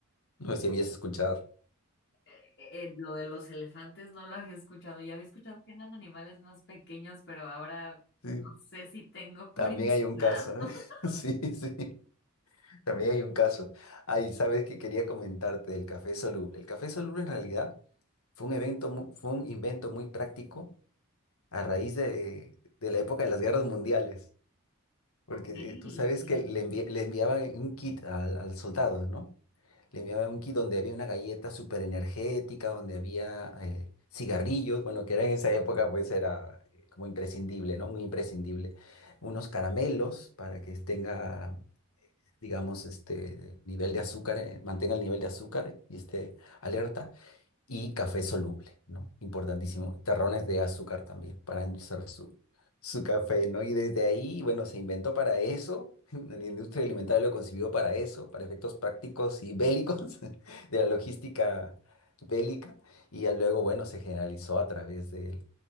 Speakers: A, on the left; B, on the left.
A: No sé si habías escuchado.
B: Eh, eh, eh, lo de los elefantes no lo había escuchado. Yo había escuchado que eran animales más pequeños, pero ahora
A: Sí.
B: no sé si tengo curiosidad.
A: También hay un caso.
B: <laughs>
A: ¿eh? <laughs> Sí, sí. También hay un caso. Ay, sabes que quería comentarte del café soluble. El café soluble en realidad fue un evento, mu- fue un invento muy práctico a raíz de, de la época de las guerras mundiales, porque
B: Ok,
A: eh, tú sabes
B: tiene
A: que le,
B: sentido.
A: envi- le enviaban un kit al, al soldado, ¿no? Le enviaban un kit donde había una galleta súper energética, donde había eh, cigarrillos, bueno, que era en esa época pues era eh, como imprescindible, ¿no? Muy imprescindible. Unos caramelos para que tenga, digamos, este nivel de azúcar, eh, mantenga el nivel de azúcar y esté alerta y café soluble, ¿no? Importantísimo. Terrones de azúcar también para endulzar su, su café, ¿no? Y desde ahí, bueno, se inventó para eso. <laughs> La industria alimentaria lo concibió para eso, para efectos prácticos y bélicos <laughs> de la logística bélica. Y ya luego, bueno, se generalizó a través del,